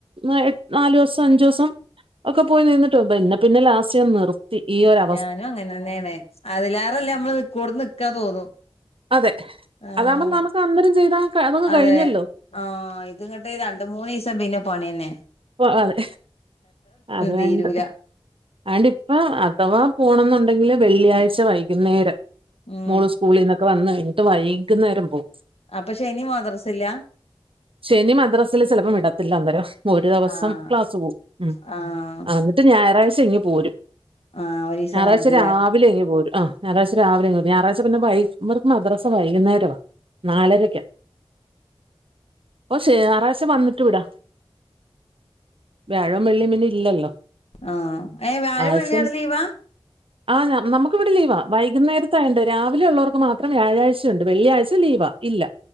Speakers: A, on the right; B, on the left.
A: ന്നാഎട്ട് ന്നാലൂസം അഞ്ചൂസം ഒക്കെ പോയി നിന്നിട്ടു പിന്നെ പിന്നെ ലാസ്റ്റ് നിറു ത്തി ഈഒരാ
B: ഞാനും അങ്ങനെന്നെണ് അതിലാറെല്ലെ അമ്മള് നിക്ക്‌ണോട്ത്ത് നിക്കാ തോന്നും.
A: അതെ
B: ആഹ്
A: അതാവുമ്പോ ന്നമ്മക്ക് അന്നേരം ചെയ്താ അതങ്ങ്
B: അതെ
A: കഴിഞ്ഞല്ലോ
B: ആഹ് ഇത് ഇങ്ങട്ട് രണ്ട്, മൂന്നിസം പിന്നെ പണിയെന്നെ.
A: പ്പോ അതെ അത് വേണ്ട്
B: തീരൂല
A: ആണ്ട് ഇപ്പ അഥവാ പോണംന്നുണ്ടെങ്കില് വെള്ളിയാഴ്ച വൈകുന്നേരം
B: ഉം
A: മോളു സ് കൂളീന്നൊക്കെ വന്ന് കഴിഞ്ഞിട്ട് വൈക്ന്നേരം പോം
B: അപ്പൊ ശനി മദ്റസ ഇല്ല്യാ
A: ശനി മദ്രസില് ചിലപ്പോം വിടത്തില്ല അന്നേരം ഒരു ദിവസം
B: ആഹ്
A: ക്ലാസ്സ് പോവും ഉംഹ്
B: ആഹ്
A: അന്നിട്ട് ഞായറാഴ്ച ഇങ്ങ് പോരും
B: ആഹ് ഒരീസം
A: ഞായറാഴ്ച
B: നിന്നിട്ടില്ലേ
A: രാ വിലെ ഇങ്ങു പോരും ആഹ് ഞായാറാഴ്ച്ച രാവിലെ ഇങ്ങക്ക് ഞായറാഴ്ച പിന്നെ വൈ ഇവർക്ക് മദ്രസ് സ വൈകുന്നേരവാ നാലരയ്ക്കാ ഓ ശേ ഞായറാഴ്ച വന്നിട്ട് വിടാ വ്യാഴോം വെള്ളീം പിന്നെ ഇല്ലല്ലോ
B: ആഹ് ഏയ് വ്യാഴോം
A: ആഴ്ചയിൽ
B: വെള്ളീം അവിടെ ലീവാ
A: ആ നമ്മ് നമ്മുക്ക് ഇവിടെ ലീവാ വൈകുന്നേരത്ത് ആയോണ്ട് രാവിലെ ഉള്ളോർക്ക് മാത്രം വ്യാഴാഴ്ച ചുണ്ട് വെള്ളിയാഴ്ച ലീവാ ഇല്ല